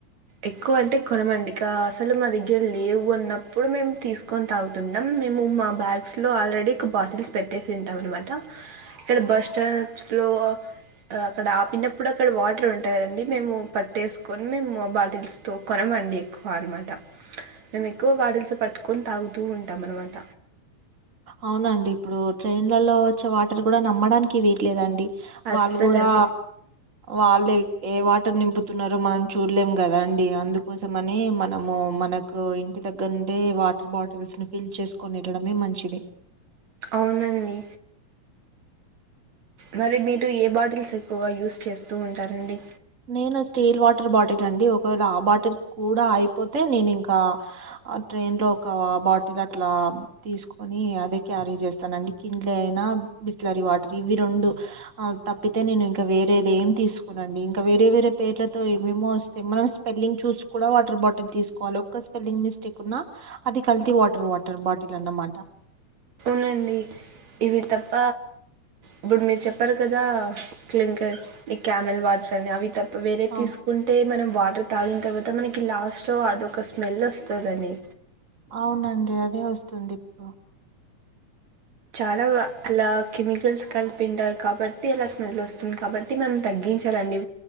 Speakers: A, on the right; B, on the right.
A: ఎక్కువ అంటే కొనమండి ఇక అసలు మా దగ్గర లేవు అన్నప్పుడు మేము తీసుకొని తాగుతుంటాం మేము మా బ్యాగ్స్ లో ఆల్రెడీ ఒక బాటిల్స్ పెట్టేసి ఉంటాం అనమాట ఇక్కడ బస్ స్టాప్లో అక్కడ ఆపినప్పుడు అక్కడ వాటర్ ఉంటాయండి మేము పట్టేసు కొన్నె మో బాటిల్స్ తో కొనమండి ఎక్కువ అనమాట మేము ఎక్కువ బాటల్స్ పట్టుకొని తాగుతూ ఉంటాం అనమాట
B: అవునండి ఇప్పుడు ట్రైన్లలో వచ్చే వాటర్ కూడా నమ్మడానికి వేయట్లేదండి
A: అస్సలండి
B: వాళ్ళు కూడా వాళ్ళే ఏ వాటి నింపుతున్నారో మనం చూడలేం కదా అండి అందుకోసం అని మనము మనకు ఇంటి దగ్గర అంటే వాటర్ బాటిల్స్ ని ఫిల్ చేసుకొని వెళ్ళడమే మంచిది
A: అవునండి మరి మీరు ఏ బాటిల్స్ ఎక్కువగా యూస్ చేస్తూ ఉంటారండి
B: నేను స్టీల్ వాటర్ బాటిల్ అండి ఒకవేళ ఆ బాటిల్ కూడా అయిపోతే నేను ఇంకా ట్రైన్ లో ఒక బాటిల్ అట్లా తీసుకొని ని అదే క్యారీ చేస్తానండి కిన్లే అయినా బిస్లరీ వాటర్ ఇవి రెండు తప్పితే నే ఇంక వేరేది ఏం తీసుకొనండి ఇంక్ వేరే వేరే పేర్లతో ఏమేమో వస్తే మనం స్పెల్లింగ్ చూసి కూడా వాటర్ బాటిల్ తీసుకోవాలి ఒక్క స్పెల్లింగ్ మిస్ మిస్టేక్ ఉన్న అది కల్తీ వాటర్ వాటర్ బాటిల్ అన్నమాట
A: అవునండి ఇవి తప్ప ఇప్పుడు మీరు చెప్పారు కదా క్లింకర్ ఈ క్యామెల్ వాటర్ అని అవి తప్ వేరేది
B: అవును
A: తీసుకుంటే మనం వా తాగిన తర్వాత మనకి లాస్ట్లో అదొక స్మెల్ వస్తదండి
B: అవునండి అదే వస్తుంది ఇప్పుడు
A: చాలా అలా కెమికల్స్ కలిపింటారు కాబట్టి అలా స్మెల్ వస్తుంది కాబట్టి మనం తగ్గి చరండి